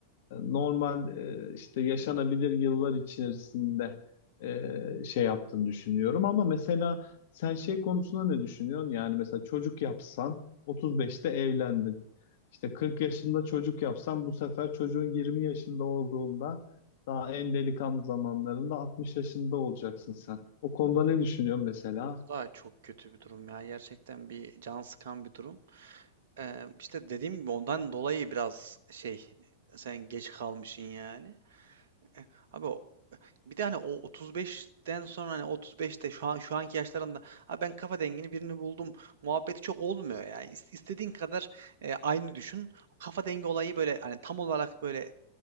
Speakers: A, on the left; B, on the right.
A: normal e, işte yaşanabilir yıllar içerisinde e, şey yaptığını düşünüyorum. Ama mesela sen şey konusunda ne düşünüyorsun? Yani mesela çocuk yapsan 35'te evlendin. İşte 40 yaşında çocuk yapsan bu sefer çocuğun 20 yaşında olduğunda daha en delikanlı zamanlarında 60 yaşında olacaksın sen. O konuda ne düşünüyorsun mesela?
B: Bu da çok kötü bir durum ya. Gerçekten bir can sıkan bir durum. Ee, işte dediğim gibi ondan dolayı biraz şey sen geç kalmışsın yani. Eh, Abi o- bir de hani o 35'ten sonra hani 35'te şu an şu anki yaşlarında Abi ben kafa dengini birini buldum muhabbeti çok olmuyor yani. İs- istediğin kadar e, aynı düşün. Kafa dengi olayı böyle hani tam olarak böyle